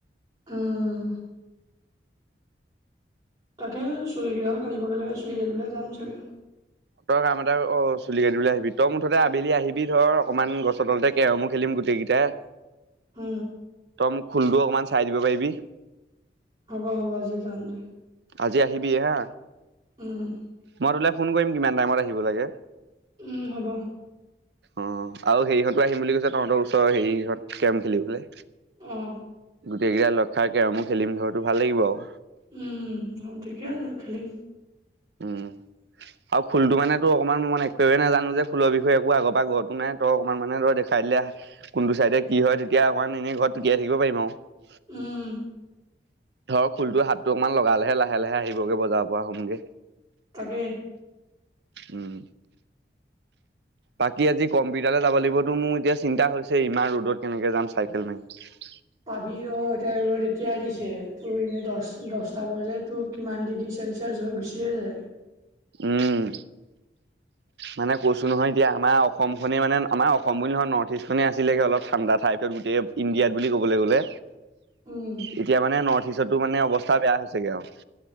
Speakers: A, on the right; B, on the right.
A: উম তাকে চুলিকেইডাল কাটিবগে লাগে চুলি কৰিব যাম চাগে।
B: তই কাম এটা অ চুলি কাটিবলৈ আহিবি তই মুঠতে আবেলি আহিবি ধৰ অকনমান গছৰ তলতে কেৰমো খেলিম গোটে কেইটাই
A: হয়।
B: তই মোক খোলোটো অকমান চাই দিব পাৰিবি
A: হ'ব হ'ব আজি যাম দে।
B: আজি আহিবি হা
A: উম।
B: মই তোলে ফোন কৰিম কিমান টাইমত আহিব লাগে।
A: উম হ'ব।
B: অহ আৰু সেৰি হঁতো আহিম বুলি কৈছে তহঁতৰ ওচৰ হেৰি সিহঁত কেৰম খেলিবলে
A: অ
B: গোটেই কেইটা লগ খাই কেৰমো খেলিম ধৰচোন ভাল লাগিব আও
A: উম অহ ঠিকে আছে খেলিম
B: উম আৰু খুলটো মানে তো অকণমান মই একেবেই নাজানো খুলৰ বিষয়ে একো আগৰ পৰা ঘৰৰতো নাই তই অকমান মানে ধ দেখাই এতিয়া কোনটো চাইডে কি হয় তেতিয়া অকমান এনেই ঘৰত টোকিয়াই থাকিব পাৰিম আৰু
A: উম
B: ধৰক খুলটো হাতটো অকমান লগালেহে লাহে লাহে আহিবগে বজাৰৰ পৰা হোমগে
A: তাকে
B: উম বাকী আজি কম্পিউটাৰলে যাব লাগিবতো মোৰ এতিয়া চিন্তা হৈছে ইমান ৰ'দত কেনেকে যাম চাইকেল মাৰি।
A: পাবি অ, এতিয়া ৰ'দ এতিয়া দিছে তোৰ এনেই দ দহটা বলে তোৰ কিমান ডিগ্ৰী চেলচিয়াছ হৈ গুচিয়ে য- তে
B: উম
A: <inaudible>
B: মানে কৈছো নহয় এতিয়া অসম খনে মানে আমাৰ অসম বুলি নহয় নৰ্থ ইষ্টখনে আছিলে অলপ ঠাণ্ডা ঠাইত গোটেই ইণ্ডিয়াত বুলি ক'বলৈ গ'লে।
A: উম,
B: এতিয়া মানে নৰ্থ ইষ্টতো মানে অৱস্থা বেয়া হৈছেগে আউ